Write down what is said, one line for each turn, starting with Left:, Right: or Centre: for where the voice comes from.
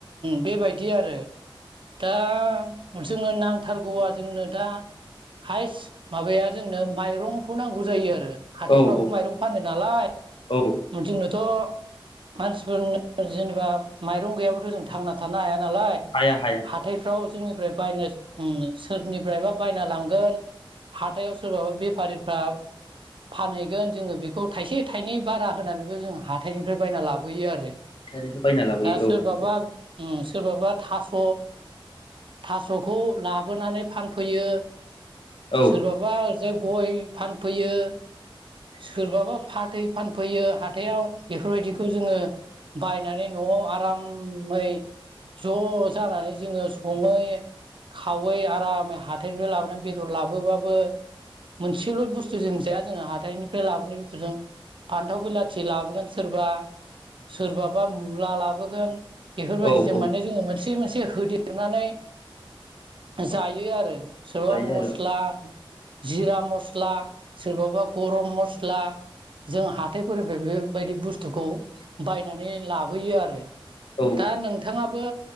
Right: बेबायदि आरो दा जोङो नांथारगौवा जोंनो दा हाइस माबाया जोंनो माइरंखौ नांगौ जायो आरो हाथायफ्रावबो
Left: औ औ
Right: माइरं फानो नालाय
Left: औ
Right: जोंनोथ' मानसिफोरनो जेनेबा माइरं गैयाब्लाथ' जों थांना थानो हाया। नालाय
Left: हाया हाया
Right: हाथायफ्राव जोंनिफ्राय बायना ओम सोरनिफ्रायबा बायना लांगोन हाथायाव सोरबाबा बेफारि फ्रा फानहैगोन जोङो बेखौ खौ थाइसे थाइनै बारा होनानैबो जों हाथाइनिफ्राय बायना लाबोयो आरो।
Left: हाथायनिफ्राय बायना लाबोयो
Right: दा सोरबाबा
Left: औ नंगौ
Right: ओम सोरबाबा थास' थास'खौ लाबोनानै फानफैयो।
Left: औ
Right: सोरबाबा ओ गय फानफैयो। सोरबाबा फाथै फानफैयो हाथायाव बेफोरबायदि खौ जोङो बायनानै न'आव आरामै ज' जानानै जोङो सङै खावै आरामै हाथथायनिफ्राय लाबोनानै बेदर लाबोबाबो मोनसेल' बुस्थु जों जाया जोङो हाथाइनि फ्राय लाबोनाय बोथोरजों फान्थाव बिलाथि लाबोगोन सोरबा सोरबाबा मुला लाबोगोन। बेफोरबायदिजों
Left: औ औ औ
Right: माने जोङो मोनसे मोनसे होदेरनानै जायो आरो। सोरबा
Left: जायो
Right: मस्ला
Left: आरो
Right: जिरा मस्ला सोरबाबा गरम मस्ला जों हााइफोरनिफ्राय बेबायदि बुस्थुखौ बायनानै लाबोयो आरो।
Left: औ
Right: दा नोंथाङाबो